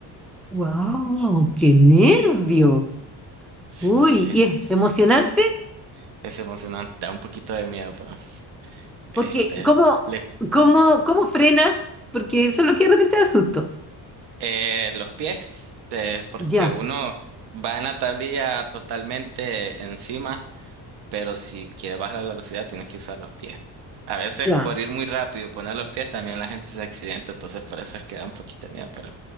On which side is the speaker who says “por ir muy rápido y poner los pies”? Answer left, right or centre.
Right